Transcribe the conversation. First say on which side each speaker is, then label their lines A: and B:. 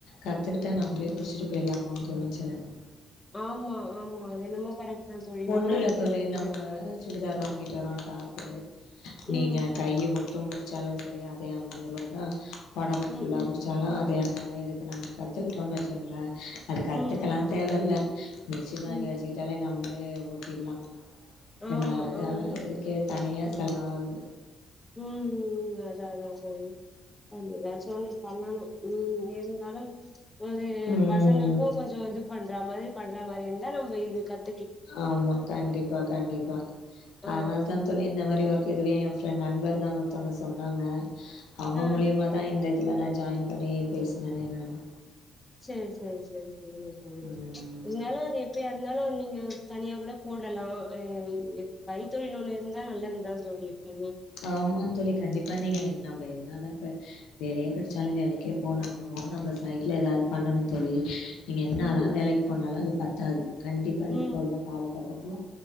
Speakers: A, on the left; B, on the left.
A: கத்துகிட்டா நம்பளே புடிச்சிட்டு போய்லாமோன் தோணுச்சு எனக்கு
B: ஆமா ஆமா அது என்னமோ கரெக்ட்தா தோழி
A: ஒண்ணு
B: ஓர
A: இல்ல
B: அடிக்கிறதுக்கு
A: தோழி நம்ப சுடிதார் வாங்கிட்டுவறோ டாப்பு நீங்க
B: ம்
A: கையி மட்டு புடிச்சாலு செரி அதே அம்பருவாதா ஒடம்பு ஃபுல்லா
B: ம் ம்
A: புடிச் ச்சாலு அதே அம்பருவா இதுக்கு நம்ம கத்துக்கிட்டோன் வச்சுங்ளே அது கத்துகலாந்
B: ம்
A: தேவல்ல மிஷின் வாங்கி
B: ம்
A: வச்சுகிட்டாலே நம்மளே ஓட்டில்லா
B: ஆமா
A: என்னா
B: ஆமா
A: அ இதுக்கே தனியா செலவாவுது
B: ம் அதா அதா தோழி. அது எதாச்சு ஒன்னு பண்ணணு ம் இருந்தாலு ஒரு
A: ம்
B: பசங்களுக்கு கொஞ்ச கொஞ்ச பண்றா மாதிரி பண்ற மாரி இந்தா நம்ப இது கத்
A: ஆமா கண்டிப்பா கண்டிப்பா
B: ஆ
A: அதனாலதா தோழி இந்த மாரி ஒர்க் இதுவே என் பிரண்ட் நண்பர் தான் ஒருத்தவங்க சொன்னாங்க அவங்க
B: ஆ ஆ
A: மூலியமா தான் இந்த இதல நா ஜாயின் பண்ணி பேச்னனே நானு
B: செரி செ செரி செரி செரிங்கத் தோழி
A: ம்
B: இருந்தாலு அது எப்பயா இருந்தாலு நீங்க தனியா கூட போடலா அ கைத்தொழில் ஒன்னு இருந்தா நல்லதுதா தோழி எப்பியிமே
A: ஆமாந் தோழி கண்டிப்பா நீங்க நம்ம என்னாதா இப்ப வேலையே கெடச்சாலு வேலைக்கே போனாலு நம்ம சைட்ல எதாவது பண்ணணுந் தோழி நீங்க என்னாதா
B: ம்
A: வேலைக்கு போனாலு அது பத்தாது கண்டிப்பா
B: ம்
A: இப்போலா காலகட்டத்ல